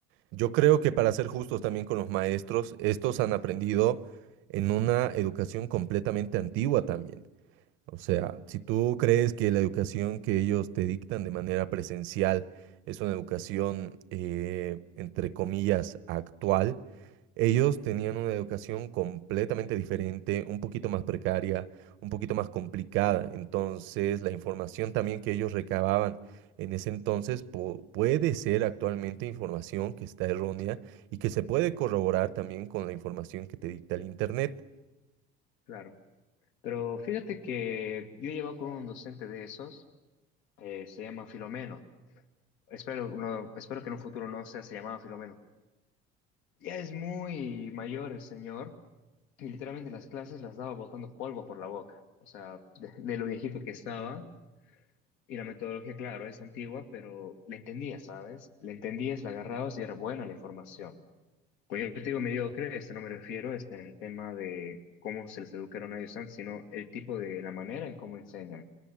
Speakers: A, on the right; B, on the left.
A: yo creo que para ser justos también con los maestros, estos han aprendido en una educación completamente antigua también. O sea, si tú crees que la educación que ellos te dictan de manera presencial es una educación, eh, entre comillas, actual, ellos tenían una educación completamente diferente, un poquito más precaria, un poquito más complicada. Entonces, la información también que ellos recababan en ese entonces po- puede ser actualmente información que está errónea y que se puede corroborar también con la información que te dicta el Internet.
B: claro. Pero fíjate que yo he llevado con un docente de esos, eh, se llama Filomeno. Espero, no- espero que en un futuro no sea, se llamaba Filomeno. Ya es muy mayor el señor que literalmente las clases las daba botando polvo por la boca, o sea, de, de lo viejito que estaba. Y la metodología, claro, es antigua, pero la entendías, ¿sabes? La entendías, la agarrabas y era buena la información. Pues yo te digo mediocre, este no me refiero este, en el tema de cómo se les educaron a ellos antes, sino el tipo de la manera en cómo enseñan.